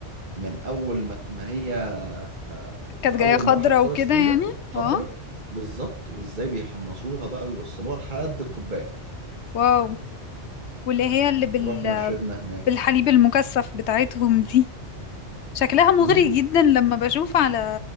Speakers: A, on the right; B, on the left.
A: من اول ما ما هي آه، في
B: كانت جاية
A: اول
B: خضرة
A: مراحل خالص
B: وكده
A: ليها
B: يعني
A: خضرة
B: اه
A: بالظبط وازاي بيحمصوها بقى ويوصلوها لحد الكوبايه
B: واو واللي هي اللي بال...
A: ورحنا شربنا هناك
B: بالحليب المكثف بتاعتهم دي شكلها مغري
A: امم
B: جدا لما بشوف على